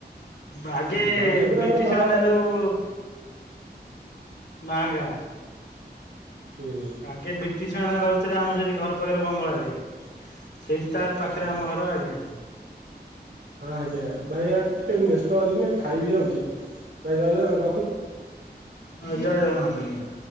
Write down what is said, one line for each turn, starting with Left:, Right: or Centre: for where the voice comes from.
Left: ଆଗେ
Right: ବାଜିପୁରା
Left: ବ୍ରିଟିଶ
Right: ମା ହଁ
Left: ମାନେ ଯୋଉ ମାଙ୍ଗା
Right: ହୁଁ।
Left: ଗେ ବ୍ରିଟିଶ ମାନେ ରହୁଥିଲେ ଆମର ସେଠି ଘର ପାଖେରେ ବଙ୍ଗଳାରେ। ସେଇଠି ତା ପାଖେରେ
Right: ହଁ
Left: ଆମ ଘର ଆଜ୍ଞା।
Right: ହଁ ଆଜ୍ଞା ଭାଇ ଆଉ ଟିକେ ମୁଁ ବ୍ୟସ୍ତ ଅଛି ଏଇନେ ଖାଇବି ଯାଉଛି ଭାଇ <unintelligible>
Left: ହଁ ଜୟ ଜଗନ୍ନାଥ ଆଜ୍ଞା।